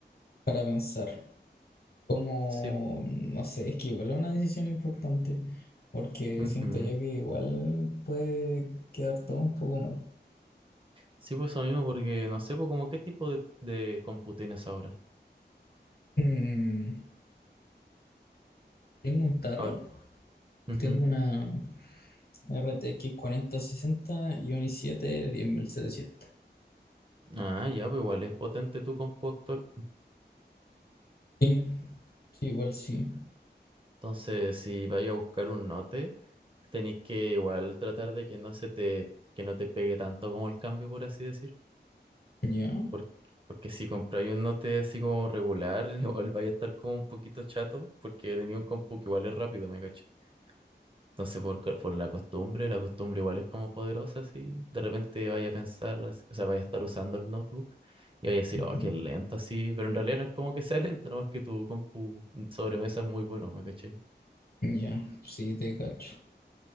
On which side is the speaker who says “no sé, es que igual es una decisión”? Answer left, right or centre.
Left